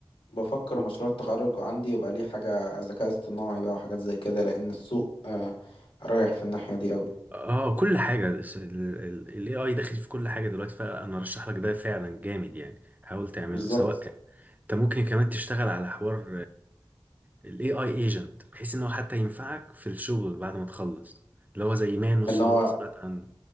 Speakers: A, on the left (about 70°); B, on the right (about 15°).
A: بفكر
B: جامد
A: مشروع التخرج عندي يبقى ليه حاجة ذكاء اصطناعي بقى وحاجات زي كده لان السوق آه رايح في الناحية دي قوي
B: اه كل حاجة الاي AI داخل في كل حاجة دلوقتي فانا ارشح لك ده فعلا جامد يعني حاول تعمله
A: بالظبط
B: سواء انت ممكن كمان تشتغل على حوار الاي AI ايجنت بحيث ان هو حتى ينفعك في الشغل بعد ما تخلص اللي هو زي مانوس
A: اللي هو
B: لو انت سمعت عنه